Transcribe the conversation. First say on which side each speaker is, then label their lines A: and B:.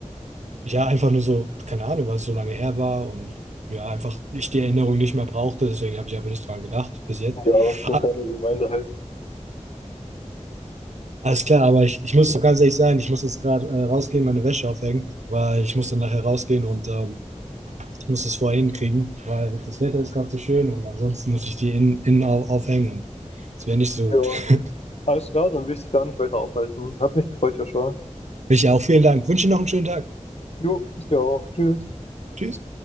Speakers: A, on the right (about 65°); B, on the left (about 55°).
A: ja, einfach nur so, keine Ahnung, weil es so lange her war und ja, einfach ich die Erinnerung nicht mehr brauchte, deswegen habe ich einfach nicht dran gedacht bis jetzt.
B: ja, so
A: Ah,
B: ein kleiner Reminder halt.
A: alles klar, aber ich, ich muss ganz ehrlich sein, ich muss jetzt gerade äh, rausgehen, meine Wäsche aufhängen, weil ich muss dann nachher rausgehen und ähm, ich muss das vorher hinkriegen, weil das Wetter ist gerade so schön und ansonsten muss ich die innen, innen au- aufhängen und es wäre nicht so
B: Ja,
A: gut. <laughs>
B: alles klar, dann will ich dich gar nicht weiter aufhalten. Hat mich gefreut, Joshua.
A: Ich auch vielen Dank. Wünsche noch einen schönen Tag.
B: Jo, ich dir auch. Tschüss.
A: Tschüss.